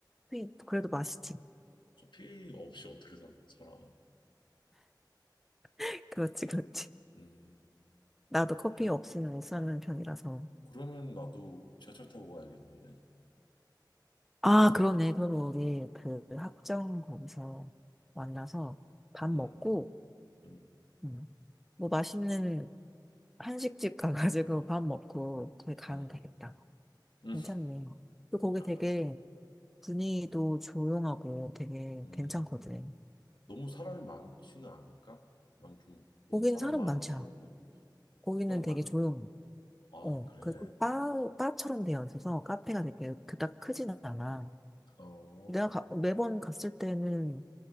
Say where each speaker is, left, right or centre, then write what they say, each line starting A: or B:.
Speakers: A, in the centre; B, on the left (about 85°).
A: 커피, 그래도 맛있지.
B: 커피 없이 어떻게 사, 살아?
A: <laughs> 그렇지, 그렇지.
B: 음,
A: 나도 커피
B: 그래.
A: 없으면 못 사는 편이라서.
B: 그러면 나도 지하철 타고 가야겠네.
A: 아, 그러네. 그러면 우리 그 학점 거기서 만나서 밥 먹고,
B: 음, 음,
A: 음, 뭐 맛있는 한식집 가가지고 밥 먹고 거기 가면
B: 음,
A: 되겠다.
B: 음,
A: 괜찮네. 또 거기
B: 알았어.
A: 되게 분위기도 조용하고 되게
B: 음,
A: 괜찮거든.
B: 너무 사람이 많지는 않을까? 난 좀 너무
A: 거기는
B: 사람
A: 사람
B: 많은데
A: 많지
B: 싫은데.
A: 않아. 거기는
B: 사람
A: 되게
B: 많?
A: 조용해.
B: 아,
A: 어,
B: 그래.
A: 그 바, 바처럼 되어 있어서 카페가 되게 그닥 크진 않아.
B: 어, 어,
A: 내가 가- 매번 갔을 때는